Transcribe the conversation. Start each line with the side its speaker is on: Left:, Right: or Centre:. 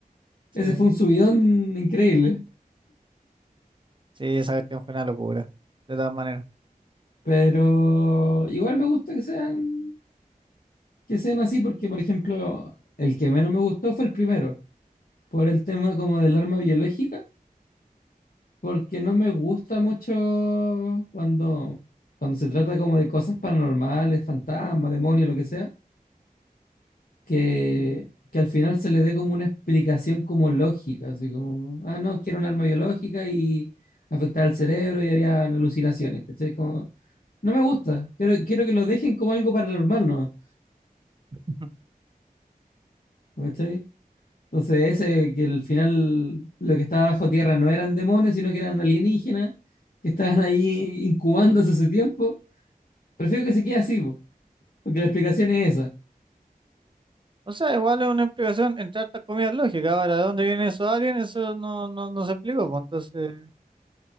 Right: Sí,
Left: Ese fue un subidón increíble,
Right: sí, esa cuestión fue una locura, de todas maneras.
Left: pero igual me gusta que sean, que sean así porque, por ejemplo, el que menos me gustó fue el primero por el tema como del arma biológica, porque no me gusta mucho cuando, cuando se trata como de cosas paranormales, fantasmas, demonios, lo que sea, que, que al final se le dé como una explicación como lógica, así como, ah, no, quiero un arma biológica y afectar al cerebro y había alucinaciones, ¿cachai? Como, no me gusta, quiero, quiero que lo dejen como algo paranormal, ¿no?
Right: <laughs>
Left: ¿Cachai? Entonces, ese que al final lo que estaba bajo tierra no eran demonios, sino que eran alienígenas que estaban ahí incubándose hace tiempo. Prefiero que se quede así, po, porque la explicación es esa.
Right: O sea, igual es una explicación entre hartas comidas lógicas. Ahora, ¿de dónde vienen esos aliens? Eso no, no, no se explicó, pues entonces,